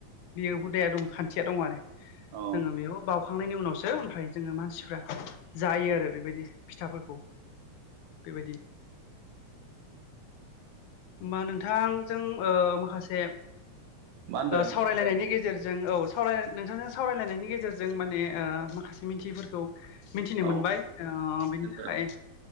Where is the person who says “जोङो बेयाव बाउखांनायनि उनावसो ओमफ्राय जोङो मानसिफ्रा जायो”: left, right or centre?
Left